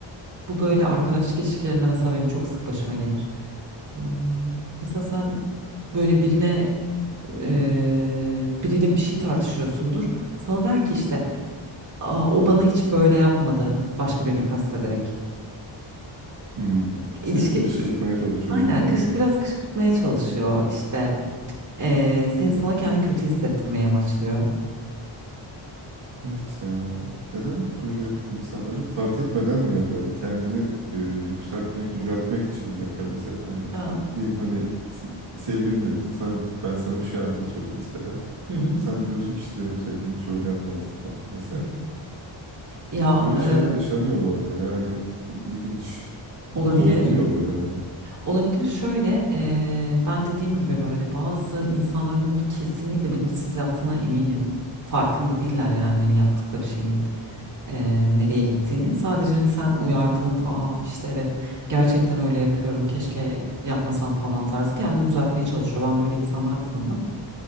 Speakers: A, on the right; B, on the right.
A: Bu böyle arkadaşlık ilişkilerinde mesela benim çok sık başıma gelir. Im, Mesela sen böyle birine e, biriyle bir şey tartışıyorsundur. Sana der ki işte "Aa, o bana hiç böyle yapmadı. Başka birini kastederek.
B: Hmm,
A: İlişki
B: Seni kışkırtmaya
A: i-
B: çalışıyor
A: aynen
B: yani bayağı.
A: kış, biraz kışkırtmaya çalışıyor. İşte e, sen, sana kendini kötü hissettirmeye amaçlıyor.
B: Evet ya. Neden böyle yapıyor insan? Acaba fark etmeden mi yapıyor? Hani kendini e, yükseltmek, yüceltmek için mi yapıyor mesela? Hani
A: Ya,
B: diyelim hani s- sevgilinle ilgili sana, ben sana bir şey anlatıyorum mesela.
A: hı hı.
B: Sen de diyorsun ki işte benim sevgilim şöyle yapmazdı falan vesaire.
A: hı hı. ya
B: Böyle
A: e,
B: şeyler yaşanıyor bu arada yani ilginç.
A: olabilir.
B: Dolduruyor böyle hani.
A: Olabilir şöyle eee, ben dediğim gibi böyle bazı insanların bunu kesinlikle bilinçsiz yaptığına eminim. Farkında değiller yani hani yaptıkları şeyin eee, nereye gittiğini. Sadece hani sen uyardığında aa işte evet gerçekten öyle yapıyorum keşke yapmasam falan tarzı kendini düzeltmeye çalışıyor. Ben böyle insanlar da tanıdım.